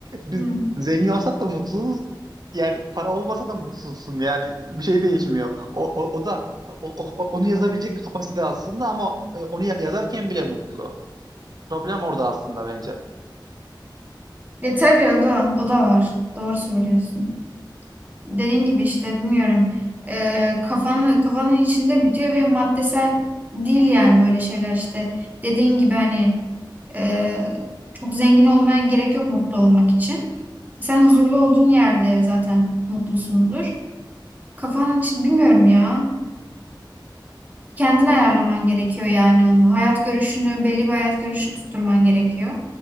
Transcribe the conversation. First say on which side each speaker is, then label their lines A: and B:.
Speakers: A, on the right; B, on the right.
A: biz
B: Hmm.
A: zengin olsak da mutsuzuz. Yani para olmasa da mutsuzsun. Yani bir şey değişmiyor. O, o, o da o, o- onu yazabilecek kapasite aslında ama e, onu ya- yazarken bile mutlu. Problem orada aslında bence.
B: Ya tabii o da o da var. Doğru söylüyorsun. dediğin gibi işte bilmiyorum e, kafanın kafanın içinde bitiyor ve maddesel değil yani böyle şeyler işte dediğin gibi hani e, çok zengin olmaya gerek yok mutlu olmak için. Sen huzurlu olduğun yerde zaten mutlusundur. Kafanın içi bilmiyorum ya. Kendin ayarlaman gerekiyor yani onu. Hayat görüşünü, belli bir hayat görüşü tutturman gerekiyor.